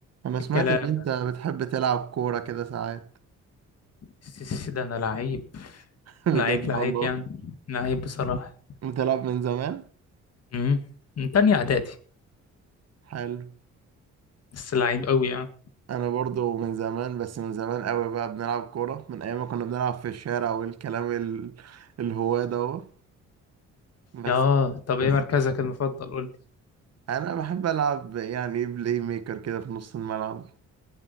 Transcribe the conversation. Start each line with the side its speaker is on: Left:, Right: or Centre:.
Right: انا سمعت
Left: الكلام
Right: ان انت بتحب تلعب كورة كده ساعات
Left: السيسي ده انا لعيب
Right: <laughs> بجد
Left: لعيب لعيب
Right: والله
Left: يعني لعيب بصراحة
Right: بتلعب من زمان
Left: امم من تانية اعدادي
Right: حلو
Left: بس لعيب قوي يعني
Right: انا برضو من زمان بس من زمان قوي بقى بنلعب كورة من ايام ما كنا بنلعب في الشارع والكلام ال... الهواة ده بس
Left: اه طب
Right: بس
Left: ايه مركزك المفضل قول لي
Right: انا بحب العب يعني ايه بلاي ميكر كده في نص الملعب